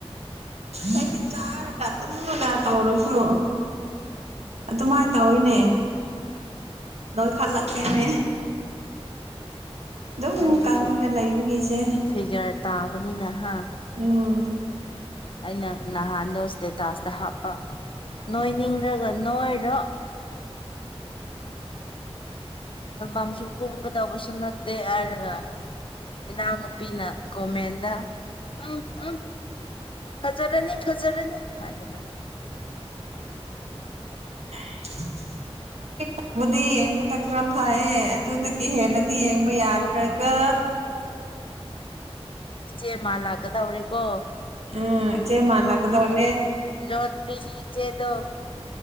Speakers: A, on the right; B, on the left.
A: ꯀꯗꯤ ꯆꯔꯒ ꯑꯗꯨ <unintelligible> ꯇꯧꯔꯁꯨ ꯑꯗꯨꯃꯥꯏ ꯇꯧꯋꯤꯅꯦ ꯅꯣꯏ ꯈꯔꯂꯛꯀꯦꯅꯦ ꯑꯗꯨꯝ
B: ꯅꯪꯗꯤ
A: ꯀꯪꯉꯒ
B: ꯐꯤ
A: ꯂꯩꯕꯒꯤꯁꯦ
B: ꯐꯤꯒꯔ ꯇꯥꯕꯅꯤꯅꯍ
A: ꯎꯝ
B: ꯑꯩꯅ ꯅꯍꯥꯟꯗꯣ ꯏꯁꯇꯦꯇꯥꯁꯇ ꯍꯥꯞꯄ ꯅꯣꯏꯅꯤꯡꯔꯒ ꯅꯣꯏꯔꯣ ꯑꯝꯁꯨ ꯀꯨꯝꯒꯗꯧꯕꯁꯨ ꯅꯠꯇꯦ ꯍꯥꯏꯔꯒ ꯏꯅꯥꯎꯅꯨꯄꯤꯅ ꯒꯣꯃꯦꯟꯗ ꯎ ꯎ ꯐꯖꯔꯅꯤ ꯐꯖꯔꯅꯤ ꯍꯥꯏꯗꯅ
A: <unintelligible> ꯐꯕꯨꯗꯤ ꯌꯦꯡꯕꯗ ꯈꯔ ꯐꯌꯦꯦ ꯑꯗꯨꯗ ꯀ ꯍꯦꯜꯂꯗꯤ ꯌꯦꯡꯕ ꯌꯥꯔ ꯀ꯭ꯔꯒ
B: ꯏꯆꯦ ꯃꯥ ꯂꯥꯛꯀꯗꯧꯔꯦ ꯀꯣ
A: ꯎꯝ ꯏꯆꯦ ꯃꯥꯜꯂꯛꯀꯗꯧꯔꯦ
B: ꯔꯣꯟꯇꯔꯤ ꯆꯦꯗꯣ